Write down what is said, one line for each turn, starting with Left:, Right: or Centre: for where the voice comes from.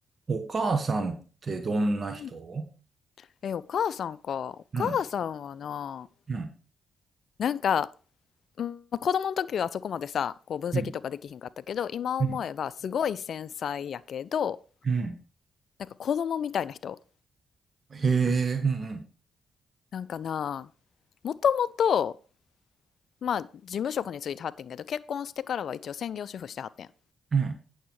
Right: お母さんってどんな人
Left: うんえ、お母さんか。お母さんはな、
Right: うん、うん、
Left: なんか、うんまあ子供の時はそこまでさ、こう分析とかできひんかったけど、
Right: うん、
Left: 今思えばすごい繊細やけど、
Right: うん、うん。
Left: なんか子供みたいな人。
Right: へえ、うん、うん、
Left: なんかな、もともと、まあ事務職に就いてはってんけど、結婚してからは一応専業主婦してはってん。
Right: うん、